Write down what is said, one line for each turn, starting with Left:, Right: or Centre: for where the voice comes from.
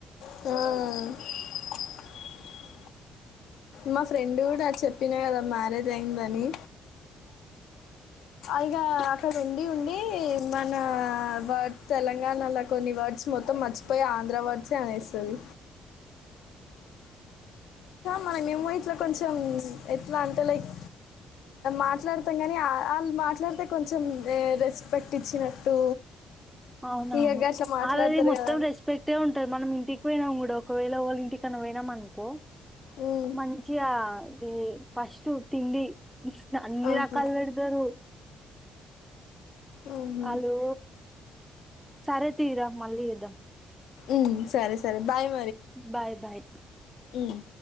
Left: ఆ మా ఫ్రెండ్ గుడా చెప్పినా కదా మ్యారేజ్ అయిందని ఇగ అక్కడ ఉండి ఉండి మన వర్డ్ తెలంగాణలో కొన్ని వర్డ్స్ మొత్తం మొత్తం మర్చిపోయి ఆంధ్ర వర్డ్స్ ఎ అనేస్తది మొన్నేమో ఇట్లా కొంచెం ఎట్లా అంటే లైక్ మాట్లాడతాం గానీ ఆ ఆళ్ళు మాట్లాడితే కొంచెం రె రెస్పెక్ట్ ఇచ్చినట్టు
Centre: అవునవును
Left: ఇక అట్లా మాట్లాడతారు
Centre: వాలాది మొత్తం
Left: కదా
Centre: రెస్పెక్టే ఉంటది మనం ఇంటికి పోయి నా కూడా ఒకవేళ వాళ్ళ ఇంటికన్నా పోయినం అనుకో
Left: ఉమ్,
Centre: మంచిగా అ ఫస్ట్ తిండి అన్ని
Left: ఆహా,
Centre: రకాలు వెడతరు
Left: ఉమ్,
Centre: అల్లు సరే తీరా మళ్ళీ చేదాం
Left: ఉమ్ సరే సరే బై
Centre: బాయ్ బాయ్
Left: ఉమ్.